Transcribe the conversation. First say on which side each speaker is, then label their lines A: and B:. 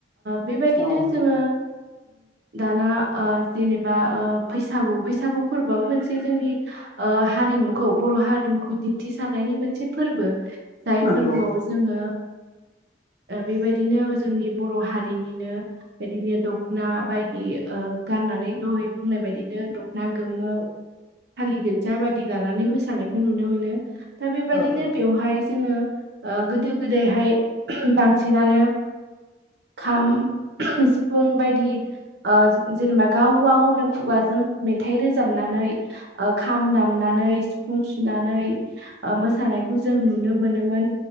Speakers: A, on the right; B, on the left.
A: बेबायदिनो
B: औ
A: जोङो दाना जेनेबा बैसागु बैसागु फोरबोआो मोनसे जोंनि हारिमुखौ बर' हारिमुखौ दिन्थिसारनायनि मोनसे फोरबो जाय
B: नंगौ
A: फोरबोआव जोङो बेबायदिनो जोंनि बर' हारि बिनिनो बिदिनो दखना बायदि ओ गाननानै दहै बुंनाय बायदिनो दख'ना गोमो फालि गोदजा बादि लानानै मोसानायखौ नुनो मोनो दा बेबायदिनो
B: औ
A: बेवहाय जोङो ओ गोदो गोदायहाय बांसिनानो ओं खाम सिफुं बायदि जेनेबा गावबा गावनो खुगाजों मेथाइ रोजाबनानै खाम दामनानै सिफुं सुनानै मोसानायखौ जों नुनो मोनोमोन